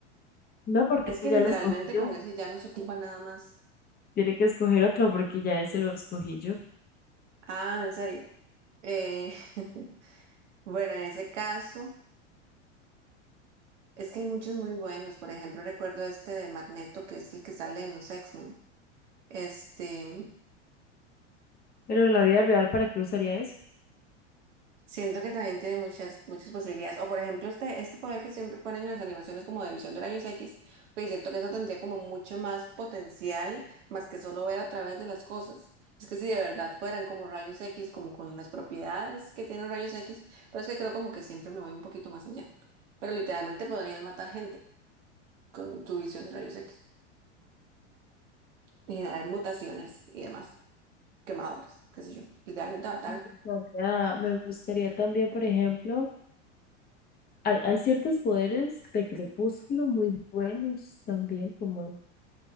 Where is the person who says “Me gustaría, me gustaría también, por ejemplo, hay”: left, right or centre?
Left